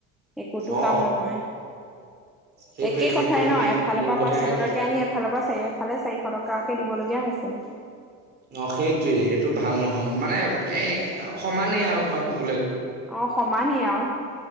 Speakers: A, in the centre; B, on the right.
A: একোতো
B: অ
A: কাম নহয়।
B: সেইটোৱে
A: একে
B: সেইটোৱে
A: কথাই ন
B: মেইন
A: এফালৰ
B: মূল
A: পৰা
B: কথা
A: পাঁচশ
B: সেইটোৱে
A: টকাকে আনি এফালৰ পৰা চাই। ইফালে চাৰিশ টকাকে দিবলগীয়া হৈছে।
B: অ সেইটোৱেই সেইটো ভাল নহয়। মানে এ সমানেই আৰু তোমাৰ ক
A: অ সমানেই আৰু